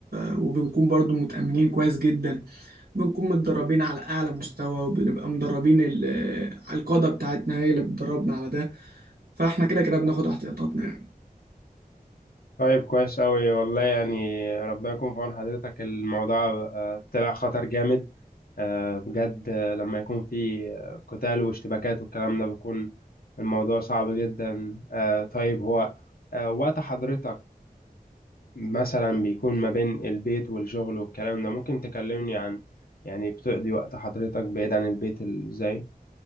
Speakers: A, on the right; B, on the left.
A: آه، وبنكون برضو متأمنين كويس جدا بنكون متدربين على اعلى مستوى وبنبقى مدربين ال- آه، القادة بتاعتنا هي اللي بتدربنا على ده فاحنا كده كده بناخد احتياطاتنا يعني
B: طيب كويس أوي والله يعني ربنا يكون في عون حضرتك الموضوع آه، طلع خطر جامد آه، بجد آه، لما يكون في آه، قتال واشتباكات والكلام ده بيكون الموضوع صعب جدا آه، طيب هو آه، وقت حضرتك مثلا بيكون ما بين البيت والشغل والكلام ده ممكن تكلمني عن يعني بتقضي وقت حضرتك بعيد عن البيت ازاي